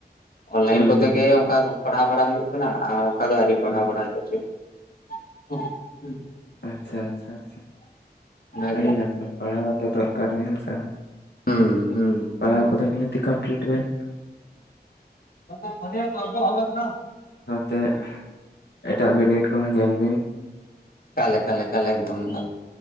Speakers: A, on the left; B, on the left.
A: ᱚᱱᱞᱟᱭᱤᱱ
B: ᱦᱩᱸ
A: ᱠᱚᱛᱮ ᱜᱮ ᱚᱱᱠᱟ ᱯᱟᱲᱦᱟᱣ ᱵᱟᱲᱟ ᱦᱩᱭᱩᱜ ᱠᱟᱱᱟ ᱟᱨ ᱚᱱᱠᱟ ᱫᱚ ᱟᱹᱣᱨᱤ ᱯᱟᱲᱦᱟᱣ
B: ᱦᱩᱸ
A: ᱵᱟᱲᱟ ᱦᱩᱭᱩᱜᱼᱟ᱾ <unintelligible>
B: ᱟᱪᱪᱷᱟ ᱟᱪᱪᱷᱟ ᱟᱪᱪᱷᱟ
A: ᱚᱱᱟᱜᱮ
B: ᱟᱹᱰᱤ ᱱᱟᱯᱟᱭ ᱯᱟᱲᱦᱟᱣ ᱫᱚ ᱫᱚᱨᱠᱟᱨ ᱜᱮ ᱦᱮᱸ ᱥᱮ᱾
A: ᱦᱩᱸ ᱦᱩᱸ ᱦᱩᱸ
B: ᱯᱟᱲᱦᱟᱣ ᱠᱚᱫᱚ ᱱᱤᱦᱟᱹᱛᱤ ᱠᱚᱢᱯᱞᱤᱴ ᱵᱮᱱ
A: ᱜᱚᱞᱯᱚ ᱦᱚᱵᱮᱠ ᱱᱚ᱾
B: ᱛᱮᱫ ᱮᱴᱟᱜ ᱵᱤᱱᱤᱰ ᱠᱚᱦᱚᱸ ᱧᱮᱞ ᱵᱤᱱ᱾
A: ᱞᱮᱠᱟᱞ ᱞᱮᱠᱟᱞ ᱮᱠᱫᱚᱢᱫ